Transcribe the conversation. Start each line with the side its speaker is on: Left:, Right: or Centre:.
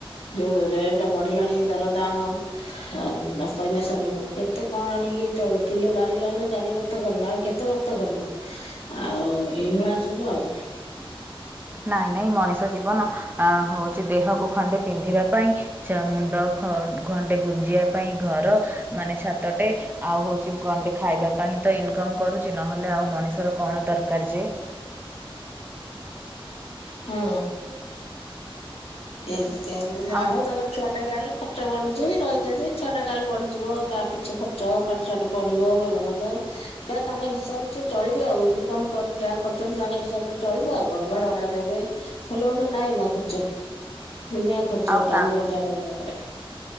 Left: ଯୋଉ ରେଟ ବଢିଲାଣି ଦରଦାମ ଆଉ ଅଇନେ ସରିବ କେତେ କଣ ଆଣିକି ଚଳି କିଲେ ଡାଲି ଆଇନେ ଚାରି ବକ୍ତ କରିବ ଆଉ କେତେ ବକ୍ତ କରିବ? ଆଉ ଏଇଭଳିଆ ସବୁ ଆଉ।
Right: ନାଇଁ ନାଇଁ ମଣିଷ ଜୀବନ ଆ ହଉଚି ଦେହକୁ ଖଣ୍ଡେ ପିନ୍ଧିବା ପାଇଁ ଚ୍ଛା ମୁଣ୍ଡ ଖନ୍ ଗଣ୍ଡେ ଗୁଞ୍ଜିଆ ପାଇଁ ଘର ମାନେ ଛାତ ଗୋଟେ ଆଉ ହଉଚି ଗଣ୍ଡେ ଖାଇବା ପାଇଁ ତ ଇନକମ୍ କରୁଚି ନହେଲେ ଆଉ ମଣିଷର କଣ ଦରକାର ଯେ?
Left: ହଁ ଏତେ ଯା
Right: ଆଉ
Left: ହଉ ତାଙ୍କର ଛୁଆଟେ ହେଲାଣି ଖର୍ଚ୍ଚ ବଢୁଚି ରହିଚନ୍ତି ଛୁଆଟା କାଲି ବଢିଯିବ ତା ପିଛା ଖର୍ଚ୍ଚ ପାଠ ଶାଠ ପଢ଼ିବ ଭଲ ମନ୍ଦ ତ ତାଙ୍କ ହିସାବରେ ସିଏ ଚଳିବେ ଆଉ ଇନକମ କର ଯାହା କରଚନ୍ତି ତାଙ୍କ ହିସାବରେ ଚଳିବେ ଆଉ। ଘରବଡା ଦେବେ ଭଲମନ୍ଦ ନାଇଁ ନା ଖର୍ଚ୍ଚ ଦୁନିଆ ଖର୍ଚ୍ଚଟା
Right: ଆଉ ତାଙ୍କ
Left: ଅନୁଭବ ଜାର ଜାଗାରେ